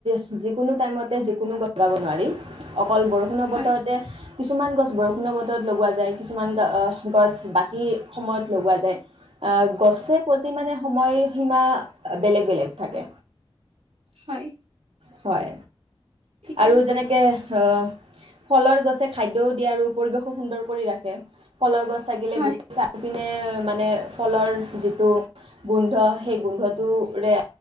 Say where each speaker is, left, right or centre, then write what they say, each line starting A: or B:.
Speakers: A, on the right; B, on the right.
A: যি যিকোনো টাইমতে যিকোনো লগাব নোৱাৰি। অকল বৰষুণৰ বতৰতে
B: হয়,
A: কিছুমান গছ বৰষুণৰ বতৰত লগোৱা যায়, কিছুমান গছ বাকী সময়ত লগোৱা যায়। গছে প্ৰতি মানে সময়সীমা বেলেগ বেলেগ থাকে।
B: হয়।
A: হয়।
B: ঠিকেই
A: আৰু
B: কৈছা।
A: যেনেকে ফলৰ গছে খাদ্যও দিয়ে আৰু পৰিৱেশো সুন্দৰ কৰি ৰাখে। ফলৰ গছ থাকিলে
B: হয়,
A: গোটেই <unintelligible> তে মানে ফলৰ যিটো গোন্ধ, সেই গোন্ধটোৰে